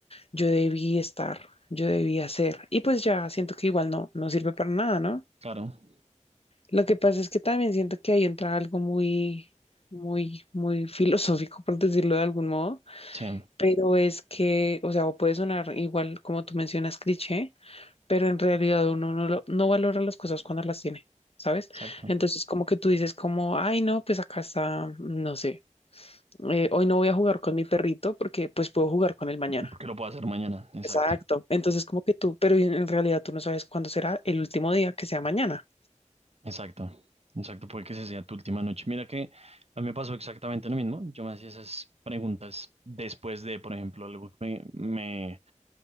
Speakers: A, on the left; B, on the right.
A: yo debí estar, yo debí hacer. Y pues ya siento que igual no, no sirve para nada, ¿no?
B: Claro,
A: Lo que pasa es que también siento que ahí entra algo muy, muy, muy filosófico, por decirlo de algún modo
B: sí,
A: pero es que, o sea, o puede sonar igual como tú mencionas, cliché, pero en realidad uno no, lo- no valora las cosas cuando las tiene, ¿sabes?
B: exacto.
A: Entonces, como que tú dices como, ay, no, pues acá está, no sé, eh, hoy no voy a jugar con mi perrito porque pues puedo jugar con él mañana.
B: Porque lo puedo hacer mañana, exacto.
A: Exacto. Entonces, como que tú, pero en en realidad tú no sabes cuándo será el último día que sea mañana.
B: Exacto, exacto, puede que esa sea tu última noche. Mira que a mí me pasó exactamente lo mismo. Yo me hacía esas preguntas después de, por ejemplo, algo que me, me